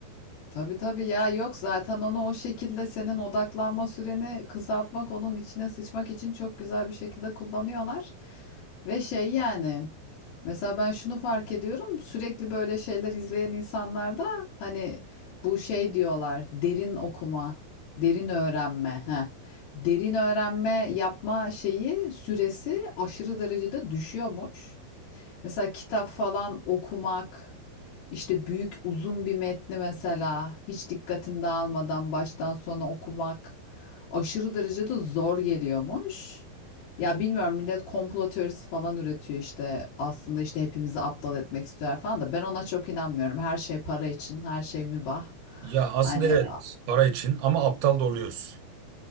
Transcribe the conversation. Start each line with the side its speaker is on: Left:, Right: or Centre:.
Left: Tabii tabii ya yok zaten onu o şekilde senin odaklanma süreni kısaltmak onun içine sıçmak için çok güzel bir şekilde kullanıyorlar. Ve şey yani mesela ben şunu fark ediyorum sürekli böyle şeyler izleyen insanlarda hani bu şey diyorlar derin okuma, derin öğrenme. Heh. Derin öğrenme yapma şeyi süresi aşırı derecede düşüyormuş. Mesela kitap falan okumak, işte büyük uzun bir metni mesela hiç dikkatini dağılmadan baştan sona okumak aşırı derecede zor geliyormuş. Ya bilmiyorum millet komplo teorisi falan üretiyor işte aslında işte hepimizi aptal etmek istiyor falan da ben ona çok inanmıyorum. Her şey para için, her şey mübah.
Right: Ya aslında
Left: Hani
Right: Evet. evet
Left: a-
Right: para için ama aptal da oluyoruz.